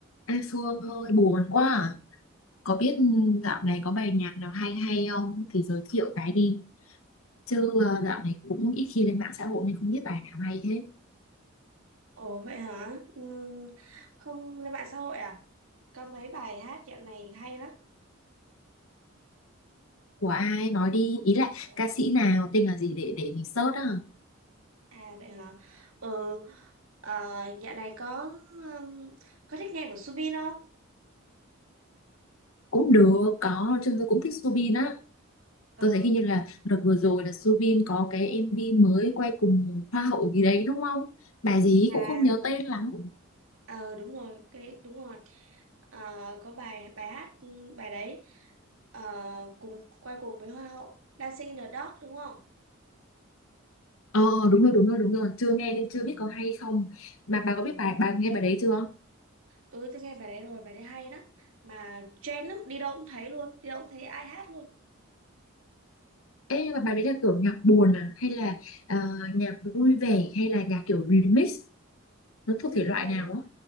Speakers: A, on the left; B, on the right.
A: Ê Phương ơi buồn quá à. Có biết dạo này có bài nhạc nào hay hay không thì giới thiệu cái đi chứ ờ, dạo này cũng ít khi lên mạng xã hội nên không biết bài nào hay hết
B: Ồ vậy hả? Ừ, không lên mạng xã hội à? Có mấy bài hát dạo này hay lắm.
A: của ai nói đi ý là
B: Ủa?
A: ca sĩ nào tên là gì để để mình search á
B: À vậy hả? Ừ, à, dạo này có um, có thích nghe của Subin không?
A: cũng được có chứ tôi cũng thích Soobin á
B: Ừ,
A: tôi thấy hình như là đợt vừa rồi là Soobin có cái MV mới quay cùng hoa hậu gì đấy đúng không bài gì
B: à,
A: cũng không nhớ tên lắm
B: ờ đúng rồi, cái đúng rồi. Ờ, có bài bài hát ừ, bài đấy ờ, cùng quay cùng với Hoa hậu Dancing in the Dark đúng không?
A: ờ đúng rồi đúng rồi đúng rồi chưa nghe nên
B: Ừ,
A: chưa biết có hay không mà bà
B: ừ,
A: có biết bài bà nghe bài đấy chưa
B: ừ tôi nghe bài đấy rồi, bài đấy hay lắm. Mà trend lắm, đi đâu cũng thấy luôn, đi đâu cũng thấy ai hát luôn.
A: Ê, nhưng mà bài đấy là kiểu nhạc buồn à hay là ờ, nhạc vui vẻ hay là nhạc kiểu remix nó
B: Ừ,
A: thuộc thể loại
B: bài
A: nào á